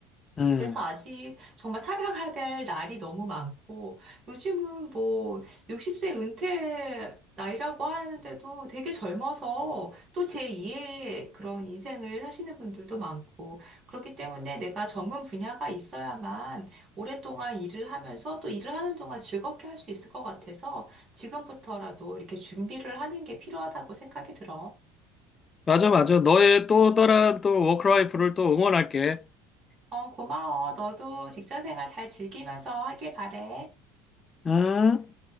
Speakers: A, on the left; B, on the right.
A: 음.
B: 그래서 아직 정말 살아가야 될 날이 너무 많고, 요즘은 뭐 60세 은퇴 나이라고 하는데도 되게 젊어서 또 제2의 그런 인생을 사시는 분들도 많고, 그렇기 때문에 내가 전문 분야가 있어야만 오랫동안 일을 하면서 또 일을 하는 동안 즐겁게 할 수 있을 것 같아서 지금부터라도 이렇게 준비를 하는 게 필요하다고 생각이 들어.
A: 맞아, 맞아. 너의 또 다른 또 워크라이프를 또 응원할게.
B: 어, 고마워. 너도 직장 생활 잘 즐기면서 하길 바래.
A: 음.